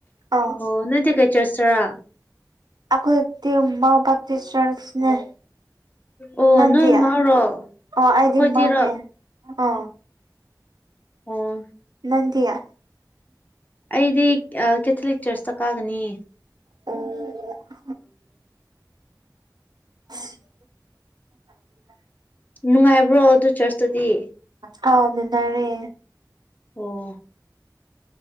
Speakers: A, on the right (about 70°); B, on the left (about 25°).
A: ꯑꯥꯎ
B: ꯑꯣ ꯅꯣꯢꯗꯤ ꯀꯩ ꯆꯔꯁꯇꯔꯥ
A: ꯑꯩꯈꯣꯏꯗꯤ <unintelligible> ꯆꯔꯁꯅꯦ
B: ꯑꯣ
A: ꯃꯇꯤꯌꯥ
B: ꯅꯣꯏ ꯃꯥꯔꯣ
A: ꯑꯣ ꯍꯥꯏꯗꯤ
B: ꯑꯩꯈꯣꯏꯗꯤꯔꯣ
A: ꯃꯅꯦ ꯑ
B: ꯑꯣ
A: ꯅꯗꯤꯌꯥ
B: ꯑꯩꯗꯤ ꯀꯦꯊꯂꯤꯛ ꯆꯔꯁꯇ ꯀꯥꯒꯅꯤ
A: ꯑꯣ...
B: <inaudible>
A: <unintelligible>
B: ꯅꯨꯡꯉꯥꯏꯕ꯭ꯔꯣ ꯑꯗꯨ ꯆꯔꯁꯇꯨꯗꯤ
A: ꯍꯥꯎꯅ ꯅꯔꯦ
B: ꯑꯣ